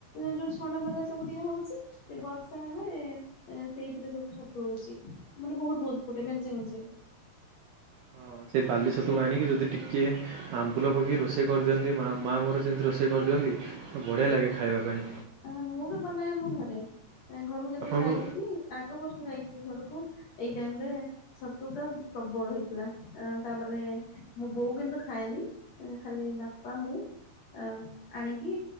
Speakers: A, on the left (about 60°); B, on the right (about 80°).
A: ଯୋଉ ଛଣପଦା ସବୁ ଦିଆ ହଉଚି। ସେ ବର୍ଷା ହେଲେ ସେଇଥିରେ ସବୁ ଛତୁ ହଉଚି ମାନେ ବହୁତ ବହୁତ ଫୁଟେ ମେଞ୍ଚେ ମେଞ୍ଚେ।
B: ହଁ ସେ ବାଲି ଛତୁକୁ
A: ସେଇଟା
B: ଆଣିକି ଯଦି ଟିକେ ଆମ୍ବୁଲ ପକେଇି ରୋଷେଇ କରିଦିଅନ୍ତି ମା ମାଆ ମୋର ଯେମିତି ରୋଷେଇ କରିଦିଅନ୍ତି ବଢ଼ିଆ ଲାଗେ ଖାଇବା ପାଇଁ।
A: ଆ ମୁଁ ବି ବନାଏ ମୋ ଘରେ, ଏ ଘରକୁ ଯେତେବେଳେ
B: ଆପଣଙ୍କୁ
A: ଯାଇଥିଲି ଆଗ ବର୍ଷ ଯାଇ ଘରକୁ ଏଇ ଟାଇମ ରେ ଛତୁ ପୁରା ପ୍ରବଳ ହେଇଥିଲା ତାପରେ ବୋଉ କିନ୍ତୁ ଖାଏନି ଖାଲି ବାପା ମୁଁ। ଆ ଆଣିକି